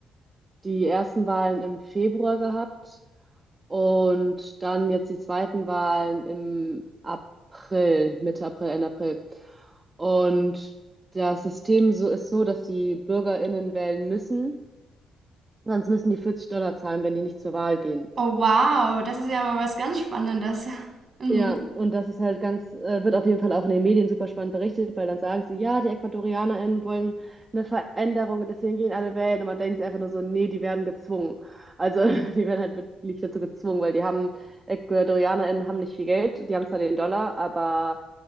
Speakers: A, on the right; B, on the right.
A: die ersten Wahlen im Februar gehabt und dann jetzt die zweiten Wahlen im April, Mitte April, Ende April. Und das System so ist so, dass die BürgerInnen wählen müssen, sonst müssen die 40 Dollar zahlen, wenn die nicht zur Wahl gehen.
B: Oh wow, das ist ja mal was ganz Spannendes. <laughs> Mhm.
A: Ja, und das ist halt ganz, äh, wird auf jeden Fall auch in den Medien super spannend berichtet, weil dann sagen sie, ja, die EcuadorianerInnen wollen eine Veränderung und deswegen gehen alle wählen. Und man denkt sich einfach nur so, nee, die werden gezwungen. Also <laughs> die werden halt wirklich dazu gezwungen, weil die haben, EcuadorianerInnen haben nicht viel Geld, die haben zwar den Dollar, aber